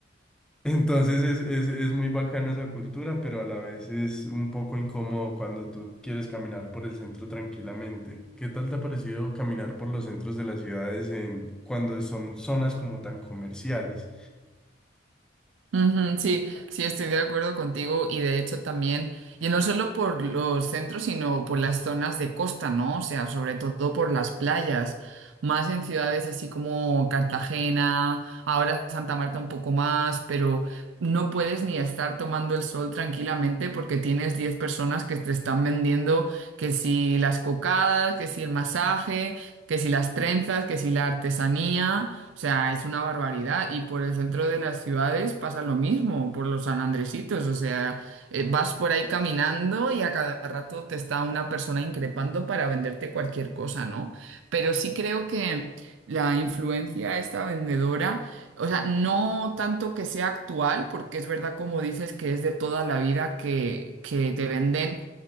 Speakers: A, in the centre; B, on the right (about 70°).
A: Entonces es, es, es muy bacano esa cultura, pero a la vez es un poco incómodo cuando tú quieres caminar por el centro tranquilamente. ¿Qué tal te ha parecido caminar por los centros de las ciudades en, cuando son zonas como tan comerciales?
B: Ujú, sí, sí, estoy de acuerdo contigo y de hecho también, y no solo por los centros, sino por las zonas de costa, ¿no? O sea, sobre todo por las playas, más en ciudades así como Cartagena, ahora Santa Marta un poco más, pero no puedes ni estar tomando el sol tranquilamente porque tienes 10 personas que te están vendiendo que si las cocadas, que si el masaje, que si las trenzas, que si la artesanía. O sea, es una barbaridad. Y por el centro de las ciudades pasa lo mismo, por los San Andresitos. O sea, eh, vas por ahí caminando y a cada rato te está una persona increpando para venderte cualquier cosa, ¿no? Pero sí creo que la influencia de esta vendedora, o sea, no tanto que sea actual, porque es verdad como dices que es de toda la vida que, que te venden